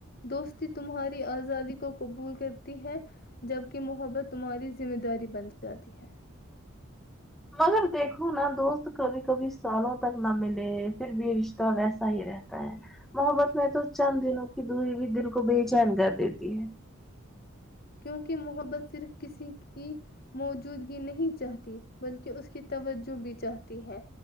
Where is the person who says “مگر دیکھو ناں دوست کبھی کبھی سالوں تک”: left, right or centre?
Centre